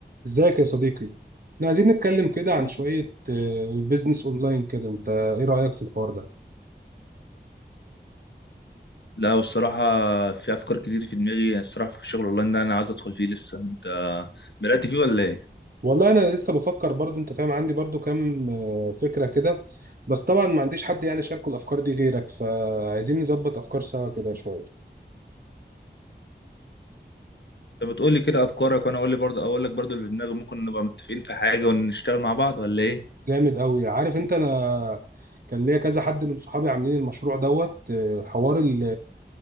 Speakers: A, on the right (about 55°); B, on the left (about 70°).
A: ازيك يا صديقي احنا عايزين نتكلم كده
B: الحمد
A: عن شوية
B: لله
A: بيزنس اونلاين كده انت ايه رأيك في الحوار ده
B: لا والصراحة في أفكار كتير في دماغي يعني الصراحة في شغل أونلاين ده أنا عايز أدخل فيه لسه أنت بدأت فيه ولا إيه؟
A: والله انا لسه بفكر برضو انت فاهم عندي برضو كام آه، فكرة كده بس طبعا ما عنديش حد يعني شاركه الافكار دي غيرك فعايزين نظبط افكار سوا كده شوية
B: أنت بتقول لي كده أفكارك وأنا أقول لي برضه أقول لك برضه اللي في دماغي ممكن نبقى متفقين في حاجة ونشتغل مع بعض ولا إيه؟
A: جامد قوي عارف انت انا كان ليا كذا حد من صحابي عاملين المشروع دوت آه، حوار ال-